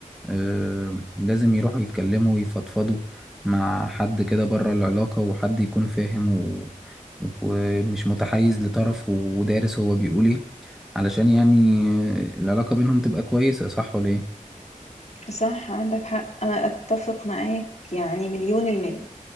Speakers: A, in the centre; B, on the left.
A: آه، لازم يروحوا يتكلموا ويفضفضوا مع حد كده بره العلاقة وحد يكون فاهم و... ومش متحيز لطرف ودارس هو بيقول ايه علشان يعني آه، العلاقة بينهم تبقى كويسة صح ولا ايه؟
B: صح عندك حق أنا أتفق معاك يعني مليون المية